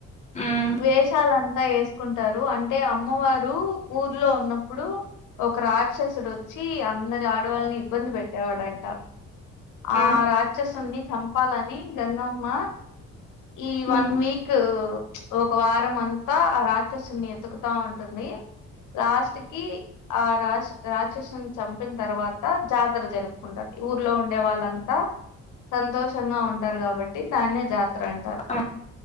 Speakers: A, on the left (about 25°); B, on the left (about 80°).
A: ఉమ్,
B: వేషాలంతా వేసుకుంటారు అంటే అమ్మవారు ఊర్లో ఉన్నప్పుడు ఒక రాక్షసుడు వచ్చి అందరి ఆడవాళ్ళని ఇబ్బంది పెట్టేవాడంట
A: ఉమ్,
B: ఆ రా క్షసుణ్ణి చంపాలని గంగమ్మ ఈ వన్
A: ఉమ్,
B: వీక్ ఒక వారం అంతా ఆ రాక్షసున్ని ఎతుకుతా ఉంటుంది లాస్ట్ కి ఆ రా రాక్షసుని చంపిన తర్వాత జాతర జరుపుకుంటారు ఊర్లో ఉండే వాళ్ళంతా సంతోషంగా ఉంటారు కాబట్టి దాన్నే జాత తర అంటారు
A: ఆ.